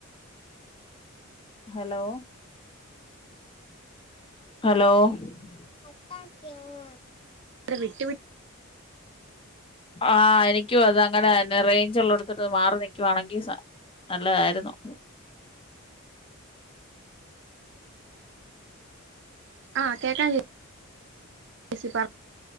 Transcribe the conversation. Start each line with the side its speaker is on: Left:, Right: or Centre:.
Left: ഹലോ ഹലോ കട്ടക്ക്യോമ്മ
Right: അവിടെ വിട്ടു വി
Left: ആഹ് എനിക്കും അത് അങ്ങനെ ഞ്ഞെ റേഞ്ച് ഉള്ളാടുത്തിട്ട് മാറി നി ക്ക് വാണെങ്കിൽ സ നല്ലതായിരുന്നു
Right: ആഹ കേക്കാ ബസി പറോ